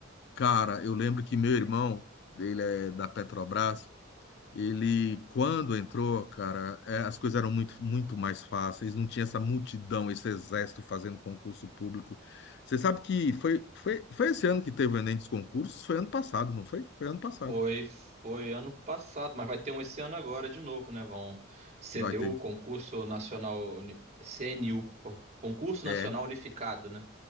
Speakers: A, on the left; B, on the right.
A: cara, eu lembro que meu irmão, ele é da Petrobras, Ele, quando entrou, cara, é, as coisas eram muito, muito mais fáceis, não tinha essa multidão, esse exército fazendo concurso público. Você sabe que foi, foi, foi esse ano que teve o Enem dos concursos? Foi ano passado, não foi? Foi ano passado.
B: Foi, foi ano passado, mas vai ter um esse ano agora de novo, né? Vão CDU,
A: Vai ter.
B: Concurso Nacional Uni- CNU, Cor- Concurso Nacional
A: É,
B: Unificado, né?